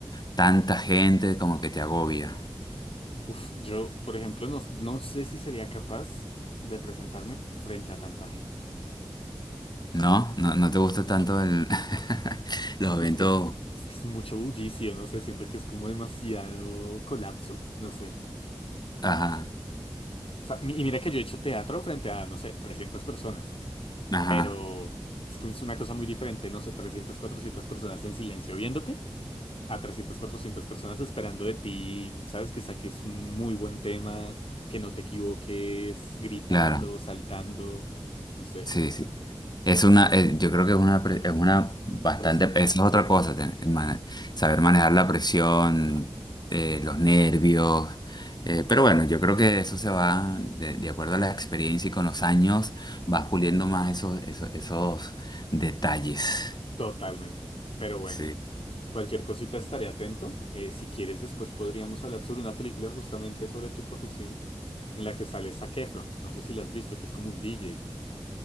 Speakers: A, on the left; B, on the left.
A: tanta gente como que te agobia.
B: Uf, yo, por ejemplo, no, no sé si sería capaz de presentarme frente a tanta gente.
A: ¿No? ¿No, no te gusta tanto el, <laughs> los
B: Es
A: eventos?
B: que es, es que es mucho bullicio, no sé, siento que es como demasiado colapso, no sé.
A: Ajá,
B: O sea, mi- y mira que yo he hecho teatro frente a, no sé, trescientas personas,
A: ajá,
B: pero es que es una cosa muy diferente, no sé, trescientas cuatrocientas personas en silencio viéndote, a 300 400 personas esperando de ti, sabes, que saques un muy buen tema, que no te equivoques, gritando,
A: claro.
B: saltando, no sé.
A: Sí, sí. Es una, eh, yo creo que es una, pre- es una bastante,
B: Presión.
A: esa es otra cosa, ten- mane- saber manejar la presión, eh, los nervios, eh, pero bueno, yo creo que eso se va, de, de acuerdo a la experiencia y con los años, vas puliendo más esos, esos, esos detalles.
B: Totalmente. Pero bueno,
A: Sí.
B: cualquier cosita estaré atento. Eh, si quieres, después podríamos hablar sobre una película justamente sobre tu profesión en la que sale Zac Efron. No sé si la has visto, que es como un DJ.